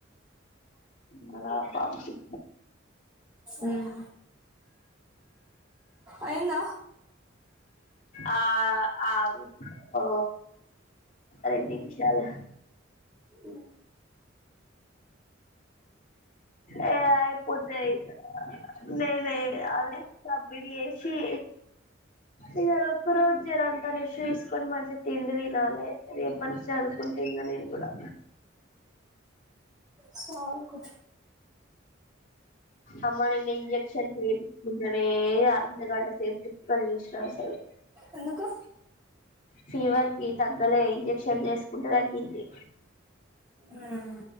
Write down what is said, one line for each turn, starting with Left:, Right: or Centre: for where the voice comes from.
Left: బార పంపింత
Right: ఉమ్ అయిందా
Left: అ ఆ ఓ రెండునిమిషాలు
Right: హ్మ్మ్
Left: ఏయి ఐపోతే ఇగ లేదే సబ్మిట్ చేస్తే చీ ఈవాలా ఒక్క రోజు జరంత రెస్ట్ తీసుకొని మంచిగా తిండి తినాలి రేపటి నుండి చదువుకుంట ఇగ నేను కూడా
Right: సదువుకో
Left: అమ్మ నిన్న ఇంజెక్షన్ చెపిచ్కుంటేనే అర్ధగంట సేపు చుక్కలు చూసినా అసలు
Right: ఎందుకు
Left: ఫీవర్ కి తగ్గలే ఇంజెక్షన్ చేసుకు తగ్గింది
Right: ఉమ్